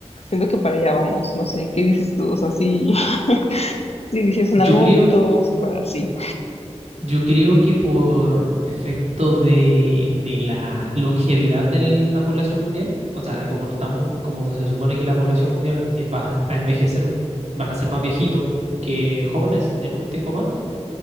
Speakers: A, on the left (about 65°); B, on the right (about 75°).
A: siento que para allá vamos, no sé, ¿qué dices tú? O sea, sí, <laughs> sí dices, en
B: Yo
A: algún
B: creo,
A: momento vamos a jugar así.
B: Yo creo que por efecto de, de la longevidad de la población mundial, o sea, de como no estamos, como se supone que la población mundial es- va a envejecer, van a ser más viejitos que jóvenes en un tiempo más,